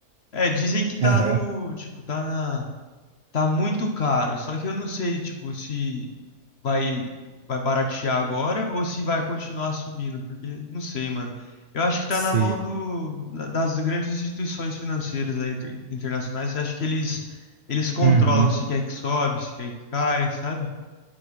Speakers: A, on the left; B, on the right.
A: É, dizem que tá
B: Aham.
A: no, tipo, tá na Tá muito caro, só que eu não sei, tipo, se vai vai baratear agora ou se vai continuar subindo, porque não sei, mano. Eu acho que tá
B: Sei.
A: na mão do, da- das grandes instituições financeiras aí, inter- internacionais. Eu acho que eles eles controlam
B: Uhum.
A: se quer que sobe, se quer que cai, sabe?